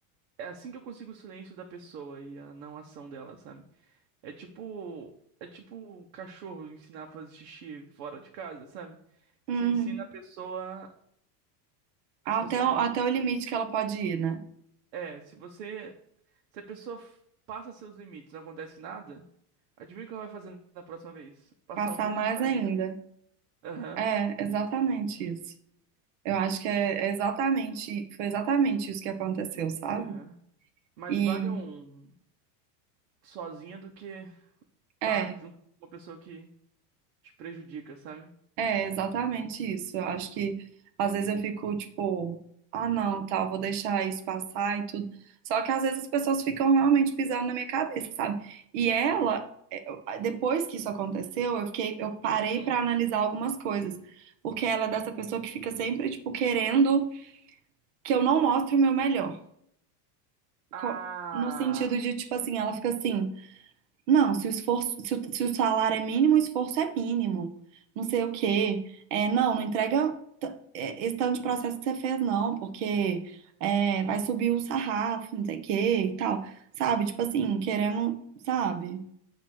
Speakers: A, on the right; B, on the right.
A: É assim que eu consigo o silêncio da pessoa e a não ação dela, sabe? É tipo, é tipo o cachorro ensinar a fazer xixi fora de casa, sabe?
B: Uhum.
A: Você ensina a pessoa,
B: Até,
A: se você é muito,
B: o- até o limite que ela pode ir, né?
A: é, se você, se a pessoa f- passa seus limites, não acontece nada, adivinha o que ela vai fazer na próxima vez? Passar
B: Passar
A: um pouquinho
B: mais
A: mais,
B: ainda.
A: né? Aham,
B: É, exatamente isso. Eu acho que é é exatamente, foi exatamente isso que aconteceu, sabe?
A: aham. Mas
B: E
A: vale um sozinha do que
B: é.
A: tá junto com uma pessoa que te prejudica, sabe?
B: É exatamente isso. Eu acho que às vezes eu fico tipo, ah, não, tal, vou deixar isso passar e tudo. Só que às vezes as pessoas ficam realmente pisando na minha cabeça, sabe? E ela, é, eu- depois que isso aconteceu, eu fiquei, eu parei
A: Hum.
B: pra analisar algumas coisas, porque ela é dessa pessoa que fica sempre tipo querendo que eu não mostre o meu melhor.
A: Ah.
B: Co- No sentido de tipo assim, ela fica assim. Não, se o esforço, se o, se o salário é mínimo, o esforço é mínimo. Não sei o quê. É, não, não entrega t- é, esse tanto de processo que você fez, não, porque é, vai subir o sarrafo, não sei o quê e tal. Sabe? Tipo assim, querendo, sabe?